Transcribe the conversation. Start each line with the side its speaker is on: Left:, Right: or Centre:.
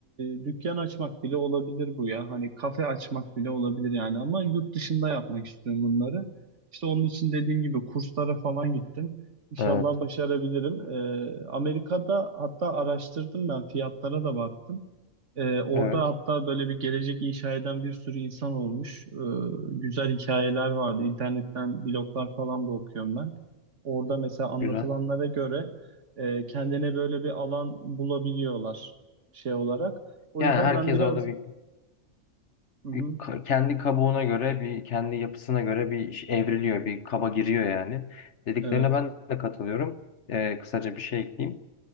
Right: e, dükkan açmak bile olabilir bu ya. Hani kafe açmak bile olabilir yani ama yurt dışında yapmak istiyorum bunları. İşte onun için dediğim gibi kurslara falan gittim. İnşallah
Left: Evet.
Right: başarabilirim. E, Amerika'da hatta araştırdım ben fiyatlara da baktım. Ee, orada
Left: Evet.
Right: hatta böyle bir gelecek inşa eden bir sürü insan olmuş. Ee, güzel hikayeler vardı. İnternetten bloglar falan da okuyorum ben. Orada mesela anlatılanlara
Left: Güzel.
Right: göre e, kendine böyle bir alan bulabiliyorlar şey olarak. O
Left: Yani
Right: yüzden
Left: herkes
Right: ben biraz...
Left: orada bir,
Right: Hı hı,
Left: bir ka- kendi kabuğuna göre, bir kendi yapısına göre bir iş evriliyor, bir kaba giriyor yani. Dediklerine
Right: evet.
Left: ben de katılıyorum. Ee, kısaca bir şey ekleyeyim.